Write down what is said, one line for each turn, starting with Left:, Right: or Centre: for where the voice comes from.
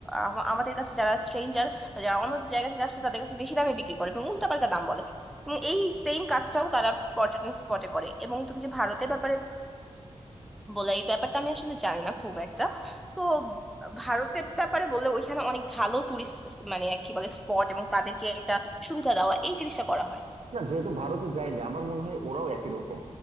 Centre: আম- আমাদের কাছে যারা স্ট্রেঞ্জার যারা অন্য জায়গা থেকে আসছে তাদের কাছে বেশি দামে বিক্রি করে এবং উল্টাপাল্টা দাম বলে এবং এই সেম কাজটাও তারা পর্যটন স্পটে করে এবং তুমি যে ভারতের ব্যাপারে বলে এই ব্যাপারটা আমি আসলে জানি না খুব একটা তো ভারতের ব্যাপারে বললে ওইখানে অনেক ভালো টুরিস্ট মানে কি বলে স্পট এবং তাদেরকে একটা সুবিধা দেওয়া এই জিনিসটা করা হয়
Right: না যেহেতু ভারতে যাইনি আমার মনে হয় ওরাও একই রকম